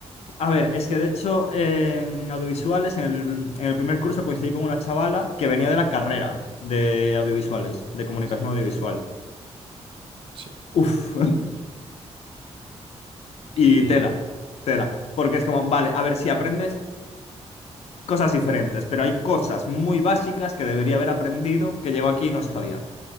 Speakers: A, on the left; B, on the right.
A: A ver, es que de hecho en audiovisuales, en el, en el primer curso coincidí con una chavala que venía de la carrera de audiovisuales, de comunicación
B: Sí,
A: audiovisual.
B: sí,
A: Uf, <laughs>
B: Y
A: y tela, tela. Porque es como, vale, a ver, si aprendes cosas diferentes, pero hay cosas muy básicas que debería haber aprendido que llegó aquí y no sabía,